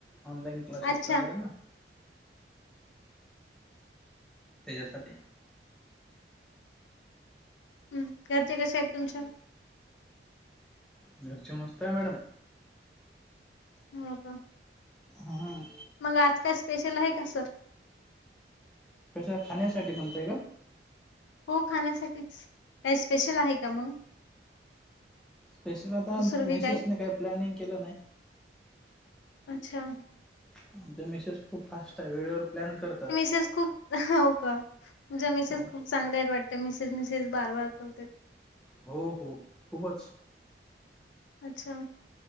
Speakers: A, in the centre; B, on the left.
A: ऑनलाईन क्लासेस
B: अच्छा
A: चा ना. त्याच्यासाठी
B: हम्म घरचे कशे आहेत तुमच्या?
A: घरचे मस्त आहे मॅडम.
B: हो का?
A: हां.
B: मग आज काय स्पेशल आहे का सर?
A: कस खाण्यासाठी म्हणताय का?
B: हो खाण्यासाठीच काय? स्पेशल आहे का मग
A: स्पेशल आता
B: दुसरं
A: आमचे
B: बी
A: मिसेस ने काही प्लॅनिंग केलं नाही.
B: अच्छा
A: आमच्या मेसेस खूप फास्ट आहेत. वेळेवर प्लॅन करतात
B: खूहो होका मेसेज
A: हो
B: खूप चांगल्या वाटत मिसेज मिसेज बार बार करता.
A: हो हो खूपच.
B: अच्छा